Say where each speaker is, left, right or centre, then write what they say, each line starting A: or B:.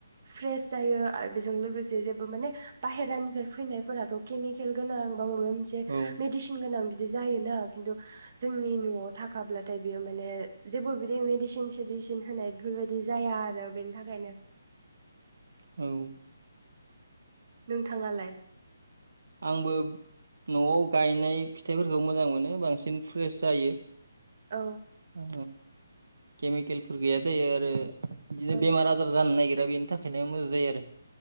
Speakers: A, on the right; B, on the right.
A: फ्रेस जायो आरो बेजों लोगोसे बाहेरानिफ्राय फैनायफोरा माने केमिकेल गोनां बा‌ माबा मोनसे
B: औ
A: मेदिसिन‌ गोनां बि जायोना खिन्थु जोंनि न'आव थाखाब्लाथाय बियो माने जेबो बिदि मसि न सिडिसिन होनाय बेफोरबायदि जाया आरो बेनि थाखायनो
B: औ
A: नोंथाङालाय
B: आंबो न'आव गायनाय फिथाइफोरखौ मोजां मोनो बांसिन फ्रेस जायो
A: औ
B: औ केमिकेलफोर गैया जायो आरो बिदिनो
A: औ
B: बेमार आजार जानो नागिर आरोा बेनि थाखायनो मोजां जायो आरो